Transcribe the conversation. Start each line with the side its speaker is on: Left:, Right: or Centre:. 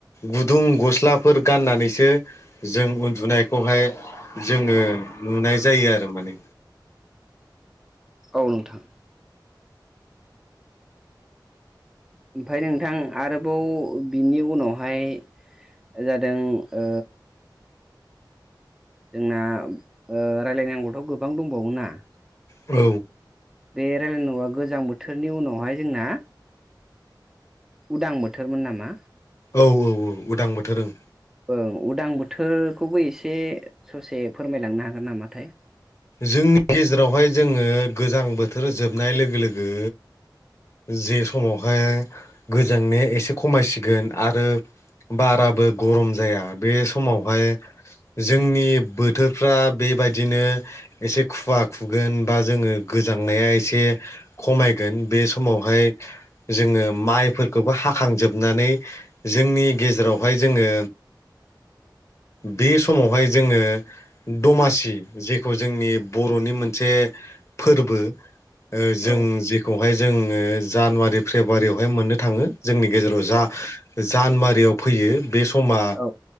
Left: गुदुं गस्लाफोर गाननानैसो जों उन्दुनायखौहाय जोङो नुनाय जायो आरो माने
Centre: औ नोंथां ओमफ्राय नोंथां आरोबाव बिनि उनावहाय जादों ओ जोंना ओ रायलायनांगौथ' गोबां दंबावोना
Left: औ
Centre: बे रायजलायनांगौआ गोजां बोथोरनि उनावहाय जोंना उदां बोथोरमोन नामा?
Left: औ औ औ उदां बोथोर ओं
Centre: औ उदां बोथोरखौबो एसे ससे फोरमायलांनो हागोन नामाथाय
Left: जोंनि गेजेरावहाय जोङो गोजां बोथोर जोबनाय लोगो लोगो जे समावहाय गोजांनो एसे खमायसिगोन आरो बाराबो गरम जाया बे समावहाय जोंनि बोथोरफ्रा बेबायदिनो एसे खुवा खुगोन बा जोङो गोजांनाया एसे खमायगोन बे समावहाय जोङो माइफोरखौबो हाखांजोबनानै जोंनि गेजेरावहाय जोङो बे समावहाय जोङो दमासि जेखौ जोंनि बर'नि मोनसे फोरबो ओ जों
Centre: औ
Left: जि खौहाय जोङो जानुवारि फेब्रुवारियावहाय मोननो थाङो जोंनि गेजेराव
Centre: औ
Left: जा जानुवारियाव फैयो बे समा
Centre: औ